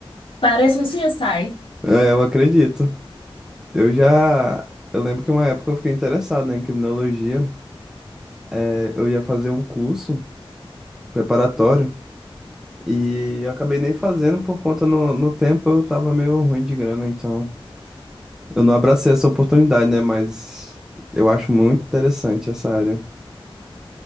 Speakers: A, on the left; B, in the centre.
A: Parece um CSI.
B: É, eu acredito. Eu já. Eu lembro que uma época eu fiquei interessado, né, em criminologia. É, eu ia fazer um curso preparatório e eu acabei nem fazendo por conta no, no tempo eu tava meio ruim de grana, então. Eu não abracei essa oportunidade, né? Mas eu acho muito interessante essa área.